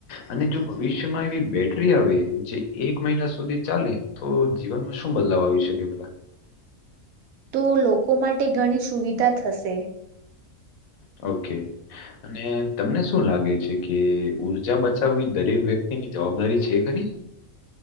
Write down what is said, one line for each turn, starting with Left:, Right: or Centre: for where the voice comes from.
Left: અને જો ભવિષ્યમાં એવી બેટરી આવે જે એક મહિના સુધી ચાલે તો જીવનમાં શું બદલાવ આવી શકે પેલા?
Right: તો લોકો માટે ઘણી સુવિધા થશે.
Left: ઓકે. અને તમને શું લાગે છે કે ઉર્જા બચાવવી દરેક વ્યક્તિની જવાબદારી છે ખરી